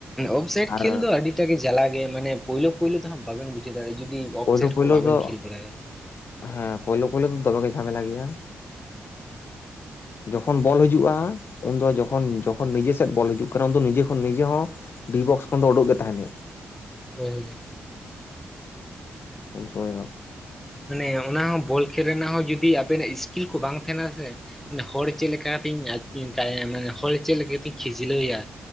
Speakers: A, in the centre; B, on the left (about 55°).
A: ᱚᱯᱷᱥᱟᱭᱤ
B: ᱟᱨ
A: ᱠᱷᱮᱹᱞ ᱫᱚ ᱟᱹᱰᱤᱴᱟᱜ ᱜᱮ ᱡᱟᱞᱟ ᱜᱮᱭᱟ ᱢᱟᱱᱮ ᱯᱳᱭᱞᱳ ᱯᱳᱭᱞᱳ ᱫᱚᱦᱟᱜᱽ ᱵᱟᱵᱮᱱ ᱵᱩᱡᱷᱟᱹᱣ ᱫᱟᱲᱮᱭᱟᱜ-ᱟ᱾ ᱡᱩᱫᱤ
B: ᱯᱳᱭᱞᱳ
A: ᱚᱯᱷᱥᱟᱭᱤᱴ
B: ᱯᱳᱭᱞᱳ
A: ᱠᱚ ᱵᱟᱵᱮᱱ
B: ᱫᱚ
A: ᱠᱷᱮᱹᱞ ᱵᱟᱲᱟ ᱠᱟᱫᱟ᱾
B: ᱦᱮᱸ ᱯᱳᱭᱞᱳ ᱯᱳᱭᱞᱳ ᱫᱚᱢᱮ ᱜᱮ ᱡᱷᱟᱢᱮᱞᱟ ᱜᱮᱭᱟ᱾ ᱡᱚᱠᱷᱚᱱ ᱵᱚᱞ ᱦᱤᱡᱩᱜᱼᱟ ᱩᱱᱫᱚ ᱡᱚᱠᱷᱚᱱ ᱡᱚᱠᱷᱚᱱ ᱱᱤᱡᱮ ᱥᱮᱫ ᱵᱚᱞ ᱦᱤᱡᱩᱜᱽ ᱠᱟᱱᱟ ᱩᱱᱫᱚ ᱱᱤᱡᱮ ᱠᱷᱚᱱ ᱱᱤᱡᱮ ᱦᱚᱸ ᱰᱤ ᱵᱚᱠᱥ ᱠᱷᱚᱱ ᱫᱚ ᱩᱰᱩᱜᱽ ᱜᱮ ᱛᱟᱸᱦᱮᱱ ᱦᱩᱭᱩᱜᱼᱟ᱾
A: ᱦᱩᱸ᱾
B: ᱩᱱ ᱥᱚᱢᱚᱭ ᱫᱚ
A: ᱢᱟᱱᱮ ᱚᱱᱟ ᱦᱚᱸ ᱵᱚᱞ ᱠᱷᱮᱹᱞ ᱨᱮᱱᱟᱜ ᱦᱚᱸ ᱡᱩᱫᱤ ᱟᱵᱮᱱᱟᱜ ᱤᱥᱠᱤᱞ ᱠᱚ ᱵᱟᱝ ᱛᱟᱸᱦᱮᱱᱟ ᱥᱮ ᱢᱟᱱᱮ ᱦᱚᱲ ᱪᱮᱫ ᱞᱮᱠᱟ ᱠᱟᱛᱤᱧ ᱠᱟᱭ ᱢᱟᱱᱮ ᱦᱚᱲ ᱪᱮᱫ ᱞᱮᱠᱟ ᱠᱟᱛᱤᱧ ᱠᱷᱤᱡᱽᱞᱟᱹᱣᱮᱭᱟ